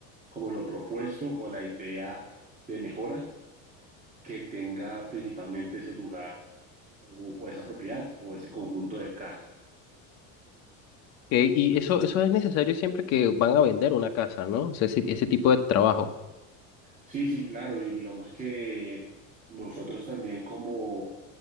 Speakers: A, on the right; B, on the left.
A: como lo propuesto o la idea de mejora que tenga principalmente ese lugar o, o esa propiedad o ese conjunto de casas.
B: Eh, y eso, eso es necesario siempre que van a vender una casa, ¿no? O sea, ese, ese tipo de trabajo.
A: Sí, sí, claro, y digamos que nosotros también como